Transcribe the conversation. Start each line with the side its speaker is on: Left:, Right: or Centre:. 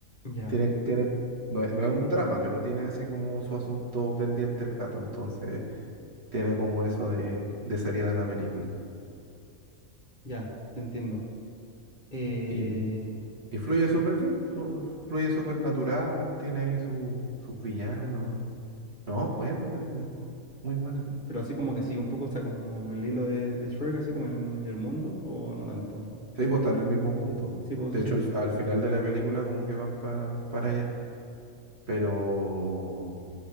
Left: Ya,
Right: Tiene, tiene, no, es no es un drama, pero tiene así como su asunto pendiente el gato, entonces tiene como eso de, de seriedad la película.
Left: ya, te entiendo. Eh,
Right: Y, y fluye súper bien, su- fluye súper natural, tiene ahí su- sus villanos. No, buena la película. Muy buena.
Left: pero así como que sigue un poco, o sea, como el hilo de, de Shrek, así como en el mundo, o no tanto.
Right: Sí, pues están en el mismo mundo.
Left: Sí, pues
Right: De
Left: eso
Right: hecho,
Left: sí.
Right: al, al final de la película como que van pa- para allá. Pero...